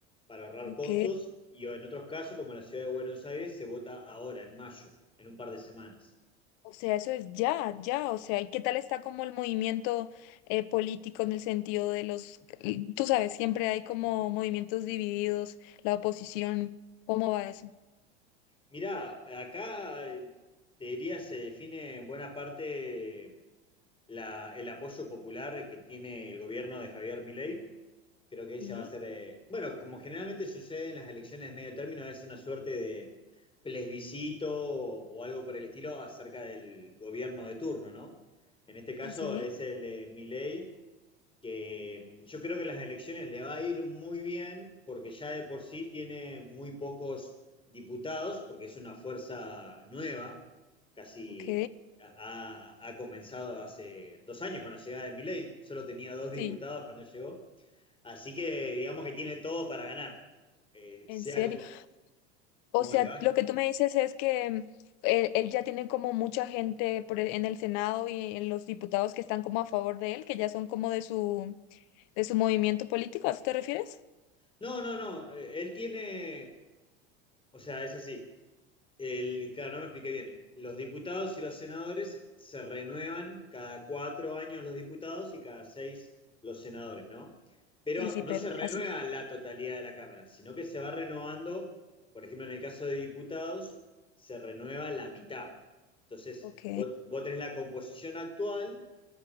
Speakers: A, on the left (about 15°); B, on the left (about 60°).
A: para ahorrar
B: Ok,
A: costos, y en otros casos, como en la ciudad de Buenos Aires, se vota ahora, en mayo, en un par de semanas.
B: o sea, eso es ya, ya, o sea, ¿y qué tal está como el movimiento eh, político en el sentido de los, tú sabes, siempre hay como movimientos divididos, la oposición, ¿cómo va eso?
A: Mirá, acá eh, te diría se define en buena parte. la- el apoyo popular que tiene el gobierno de Javier Milei. Creo que ella
B: Sí,
A: va a ser, eh, bueno, como generalmente sucede en las elecciones de medio término, es una suerte de plebiscito o, o algo por el estilo acerca del gobierno de turno, ¿no? En este caso
B: sí, sí,
A: es el de Milei que yo creo que las elecciones le va a ir muy bien porque ya de por sí tiene muy pocos diputados, porque es una fuerza nueva, casi
B: ok,
A: ha, ha comenzado hace dos años con la llegada de Milei, solo tenía dos diputados
B: sí,
A: cuando llegó, así que digamos que tiene todo para ganar, Eh,
B: en
A: sea
B: serio.
A: como,
B: O
A: como
B: sea,
A: le va.
B: lo que tú me dices es que él, él ya tiene como mucha gente por e- en el Senado y en los diputados que están como a favor de él, que ya son como de su de su movimiento político, ¿a eso te refieres?
A: No, no, no, eh, él tiene, o sea, es así. El, claro, no me expliqué bien. Los diputados y los senadores se renuevan cada cuatro años los diputados y cada seis los senadores, ¿no? Pero
B: Sí, sí,
A: no
B: pero
A: se renueva
B: así.
A: la totalidad de la Cámara, sino que se va renovando, por ejemplo, en el caso de diputados, se renueva la mitad. Entonces,
B: Ok,
A: vos, vos tenés la composición actual,